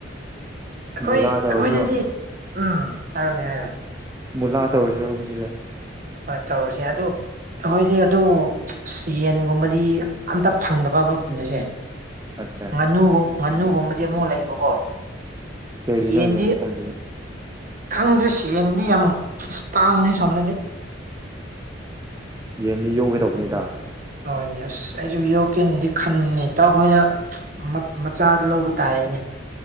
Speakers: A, on the right; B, on the right.
A: ꯑꯈꯣꯏ
B: ꯃꯨꯂꯥ ꯇꯧꯔꯁꯤꯔꯣ
A: ꯑꯈꯣꯏꯗꯗꯤ ꯎꯝ ꯍꯥꯏꯔꯣꯅꯦ ꯍꯥꯏꯔꯣꯅꯦ
B: ꯃꯨꯂꯥ ꯇꯧꯔꯁꯤꯔ <unintelligible> ꯁꯤꯁꯦ
A: ꯍꯣꯏ ꯇꯧꯔꯁꯤ ꯑꯗꯨ ꯑꯈꯣꯏꯗꯤ ꯑꯗꯨ <unintelligible> ꯌꯦꯟꯒꯨꯝꯕꯗꯤ ꯑꯝꯇ ꯐꯪꯗꯕ ꯑꯈꯣꯏ ꯈꯨꯟꯁꯦ
B: ꯑꯠꯆꯥ
A: ꯉꯥꯅꯨꯒꯨꯝ ꯉꯥꯅꯨꯒꯨꯝꯕꯗꯤ ꯑꯃꯨꯛ ꯂꯩꯕꯀꯣ
B: ꯀꯩꯒꯤꯅꯣ
A: ꯌꯦꯟꯗꯤ
B: ꯌꯦꯟ ꯐꯪꯗ꯭ꯔꯤ
A: ꯈꯪꯗꯦ ꯁꯦꯟꯗꯤ ꯌꯥꯝ <unintelligible> ꯇꯥꯡꯉꯦ ꯁꯣꯝꯗꯗꯤ
B: ꯌꯦꯟꯗꯤ ꯌꯣꯛꯒꯦ ꯇꯧꯕꯅꯤꯗ
A: ꯍꯣꯢꯅꯦ ꯑꯁ ꯑꯩꯁꯨ ꯌꯣꯀꯅꯗꯤ ꯈꯟꯕꯅꯤ ꯏꯇꯥꯎꯍꯣꯏꯅ <unintelligible> ꯃꯆꯥꯗ ꯂꯧꯕ ꯇꯥꯏꯅꯦ